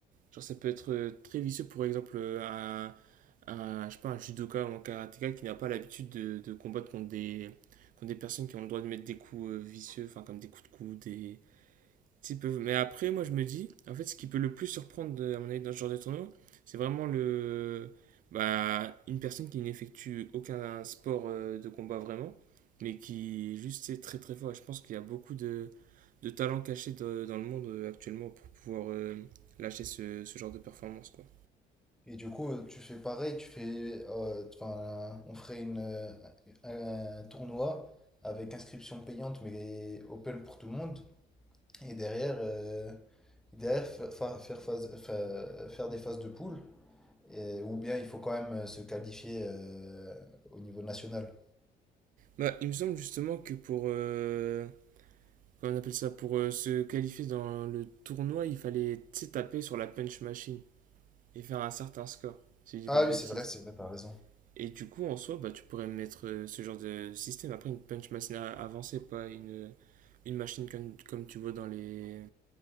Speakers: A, on the right (about 50°); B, in the centre.
A: Genre, ça peut être euh, très vicieux, pour exemple, euh, un. un, je sais pas, un judoka ou un karatéka qui n'a pas l'habitude de, de combattre contre des, contre des personnes qui ont le droit de mettre des coups euh, vicieux, enfin, comme des coups de coude, des petit peu. Mais après, moi, je me dis, en fait, ce qui peut le plus surprendre, à mon avis, dans ce genre de tournoi, c'est vraiment le, bah, une personne qui n'effectue aucun sport euh, de combat vraiment, mais qui juste est très très fort. Et je pense qu'il y a beaucoup de, de talents cachés de- dans le monde euh, actuellement pour pouvoir euh, lâcher ce, ce genre de performance, quoi.
B: Et du coup, tu fais pareil, tu fais. euh, Enfin, on ferait une, euh, un tournoi avec inscription payante, mais open pour tout le monde. Et derrière. euh, Derrière, fa- fa- faire, phase- fa- faire des phases de poule, et- ou bien il faut quand même euh, se qualifier euh, au niveau national.
A: Bah, il me semble justement que pour, euh, comment on appelle ça, pour euh, se qualifier dans le tournoi, il fallait tu sais, taper sur la punch machine et faire un certain score, si je dis
B: Ah
A: pas de
B: oui,
A: bêtises.
B: c'est vrai, c'est vrai, t'as raison.
A: Et du coup, en soi, bah, tu pourrais mettre euh, ce genre de système. Après, une punch machine a- avancée, pas une, une machine comme, comme tu vois dans les,